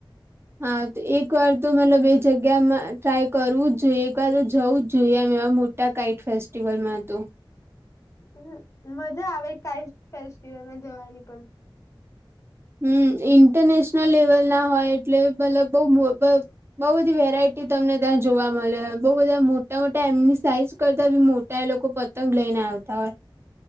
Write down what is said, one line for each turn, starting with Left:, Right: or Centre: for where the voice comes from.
Right: હા તો એક વાર તો મતલ બે જગ્યામાં ટ્રાય કરવું જ જોઈએ એક વાર તો જવું જ જોઈએ એમ એવાટ કઇટ ફેસ્ટિવલમાં હતું.
Left: હમ મજા આવે કઈ ફેસ્ટિવલમાં જવાની પણ
Right: હમ ઇન્ટરનેશનલ લેવલ ના હોય એટલે મતલબ બઉ બઉ બધી વેરાયટી તમને ત્યાં જોવા મળે બઉ બધા મોટા મોટા એમની સાઈઝ કરતા બી ત્યાં એ લોકો પતંગ લઈ ને આવતા હોય.